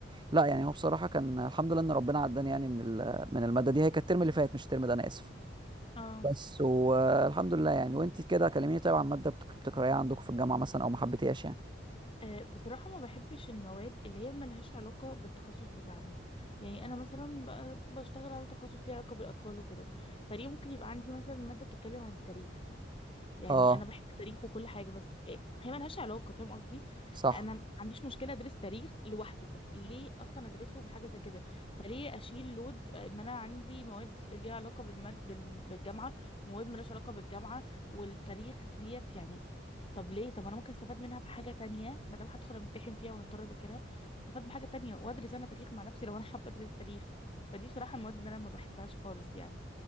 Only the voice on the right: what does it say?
لا يعني هو بصراحة كان الحمد لله إن ربنا عداني يعني من ال- من المادة دي هي كانت الترم اللي فات مش الترم ده أنا آسف
بس والحمد لله يعني وأنت كده كلميني طيب عن مادة بتك- بتكرهيها عندكم في الجامعة مثلا أو ما حبيتيهاش يعني
أه
صح